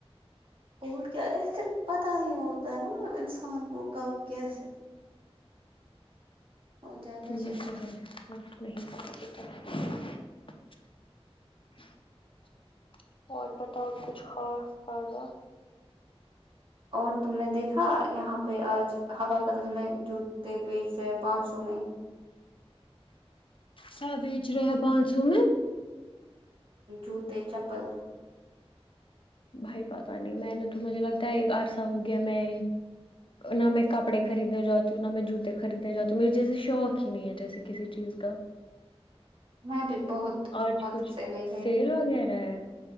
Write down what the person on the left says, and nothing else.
پھر
یے تو ہے نہیں <unintelligible> اور بتاؤ کچھ خاص تازہ
سب بیچ رہے ہیں پانچ سو میں
بھائی پتہ نہیں میں نے تو مجھے لگتا ہے ایک عرصہ ہو گیا میں نہ میں کپڑے خریدنے جاتی ہوں نہ میں جوتے خریدنے جاتی ہوں مجے جیسے شوق ہی نہیں ہے جیسے کسی چیز کا
آج
کچھ
سیل وغیرہ ہے